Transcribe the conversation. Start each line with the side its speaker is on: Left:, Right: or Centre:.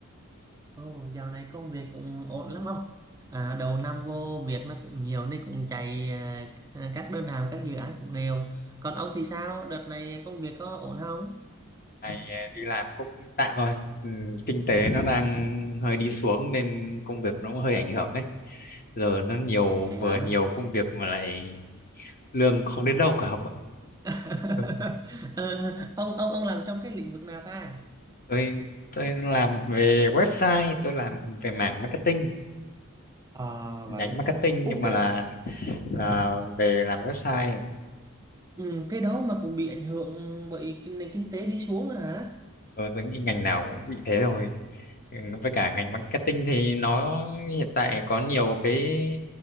Right: Ồ, dạo này công việc cũng ổn lắm không? À, đầu năm vô việc nó cũng nhiều nên cũng chạy à, à, các đơn hàng, các dự án cũng đều. Còn ông thì sao? Đợt này công việc có ổn không?
Left: Dạo Này à, đi làm cũng tạm rồi. Ừ, kinh tế nó đang hơi đi xuống nên công việc nó cũng hơi ảnh hưởng ấy. Giờ nó nhiều
Right: Vậy hả?
Left: vừa nhiều công việc mà lại lương không đến đâu cả không ạ.
Right: <laughs>
Left: Ừ,
Right: Ờ, ông ông ông làm trong cái lĩnh vực nào ta?
Left: Tôi tôi làm về website, tôi làm về mảng marketing,
Right: À
Left: nhánh
Right: vậy hả?
Left: marketing
Right: Ủa,
Left: nhưng mà
Right: cái
Left: là là về làm website.
Right: ừ, cái đó mà cũng bị ảnh hưởng bởi cái nền kinh tế đi xuống nữa hả?
Left: Ờ, tôi nghĩ ngành nào cũng bị thế rồi Ừ, với cả ngành marketing thì nó hiện tại có nhiều cái